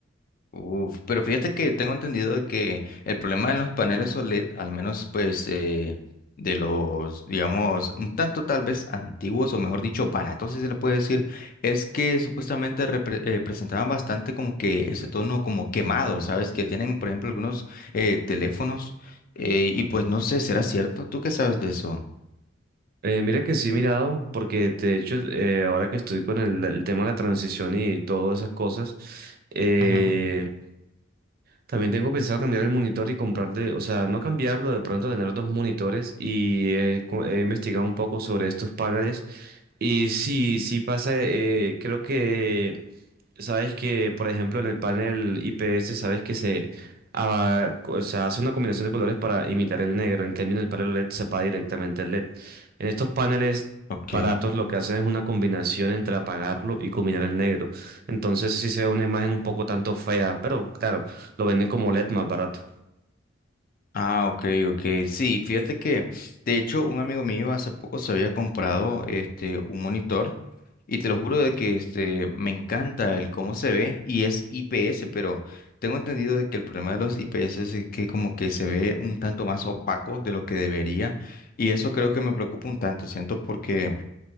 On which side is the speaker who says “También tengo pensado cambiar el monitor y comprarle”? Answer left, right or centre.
Right